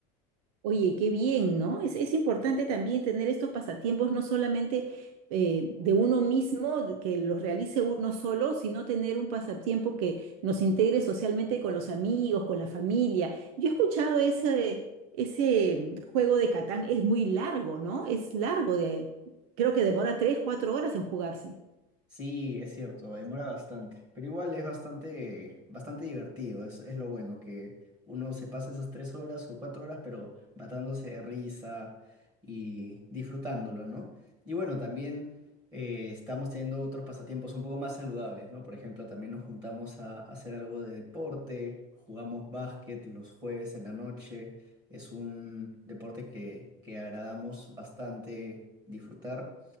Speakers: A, on the right (about 80°); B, on the right (about 20°).
A: Oye, qué bien, ¿no? Es, es importante también tener estos pasatiempos, no solamente eh, de uno mismo, de que los realice uno solo, sino tener un pasatiempo que nos integre socialmente con los amigos, con la familia. Yo he escuchado ese, ese mm, juego de Catán, es muy largo, ¿no? Es largo de, creo que demora tres, cuatro horas en jugarse.
B: Sí, es cierto, demora bastante, pero igual es bastante, bastante divertido, es, es lo bueno, que uno se pasa esas tres horas o cuatro horas, pero matándose de risa y disfrutándolo, ¿no? Y bueno, también eh, estamos teniendo otros pasatiempos un poco más saludables, ¿no? Por ejemplo, también nos juntamos a, a hacer algo de deporte, jugamos básquet los jueves en la noche, es un deporte que, que agradamos bastante disfrutar